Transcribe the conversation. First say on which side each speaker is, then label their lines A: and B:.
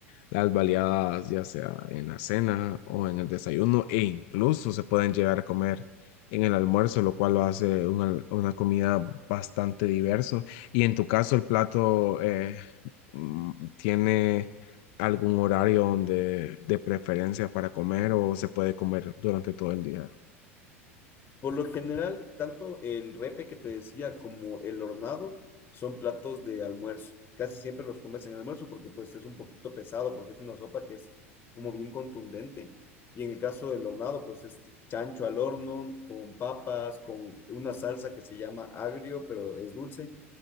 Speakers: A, on the left; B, on the left.
A: las baleadas, ya sea en la cena o en el desayuno, e incluso se pueden llegar a comer en el almuerzo, lo cual lo hace una, una comida bastante diverso. Y en tu caso, el plato eh, mm, tiene algún horario donde de preferencia para comer o se puede comer durante todo el día.
B: Por lo general, tanto el repe que te decía como el hornado son platos de almuerzo. Casi siempre los comes en el almuerzo porque pues es un poquito pesado, porque es una sopa que es como bien contundente. Y en el caso del hornado, pues es chancho al horno, con papas, con una salsa que se llama agrio, pero es dulce.